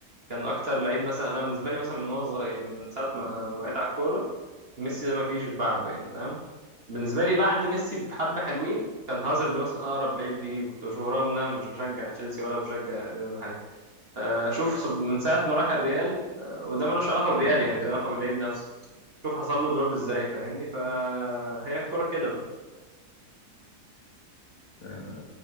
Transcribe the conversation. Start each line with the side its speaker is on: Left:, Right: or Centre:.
Right: كان اكتر لعيب مثلا انا بالنسبه لي مثلا من وانا صغير يعني من ساعه ما وقعت على الكوره ميسي ده ما فيش بعده يعني فاهم بالنسبه لي بعد ميسي بحبه حلوين كان هازارد مثلا اقرب لعيب ليه كنت بشوفه رغم ان انا مش بشجع تشيلسي ولا بشجع ريال ولا حاجه آه، شوف سب- من ساعه ما راح الريال آه، وده ملوش علاقه بالريال
Left: فاهم
Right: يعني
Left: قصدك
Right: ده له علاقه باللعيب
Left: آه.
Right: نفسه شوف حصل له دروب ازاي فاهمني فهي الكرة كده بقى.
Left: مم.